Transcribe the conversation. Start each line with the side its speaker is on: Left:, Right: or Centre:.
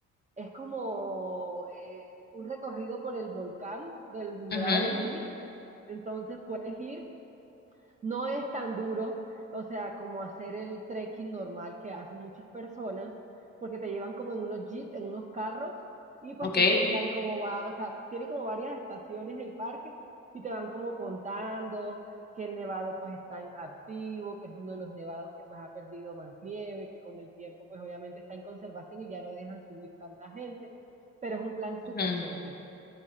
Right: es como eh, un recorrido por el volcán del Nevado
Left: ujú,
Right: del Ruiz, entonces puedes ir no es tan duro, o sea, como hacer el trekking normal que hacen muchas personas, porque te llevan como en unos jeeps, en unos carros, y pues
Left: ok.
Right: te explican cómo va, o sea, tiene como varias estaciones el parque y te van como contando que el nevado pues está en activo, que es uno de los nevados que pues ha perdido más nieve, que con el tiempo pues obviamente está en conservación y ya no dejan subir tanta gente, pero es un plan súper
Left: ujú.
Right: chévere.